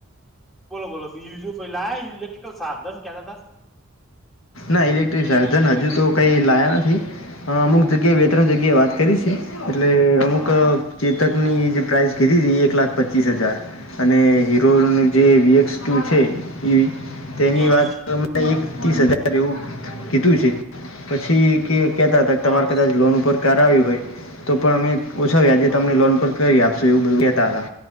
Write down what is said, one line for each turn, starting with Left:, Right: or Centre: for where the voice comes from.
Centre: બોલો બોલો બીજું કઈ લાયા ઇલેક્ટ્રિકલ સાધન કેતા તા
Left: ના ઇલેક્ટ્રિક <unintelligible> હજુ તો કઈ લાયા નથી હા અમુક જગ્યાએ બે ત્રણ જગ્યાએ વાત કરી છે એટલે અમુક
Centre: હા
Left: ચેતકની જે પ્રાઇસ કીધી હતી એક લાખ પચ્ચીસ હજાર અને હીરોનું જે <unintelligible> છે તેની
Centre: હા
Left: વાત એક ત્રીસ હજાર એવું કીધું છે પછી કે કહેતા હતા કે
Centre: હા
Left: તમારે કદાચ લોન ઉપર કરાવી હોય તો પણ અમે ઓછા વ્યાજે આજે
Centre: હા
Left: તમને લોન પર કરી આપશું એવું કેતાતા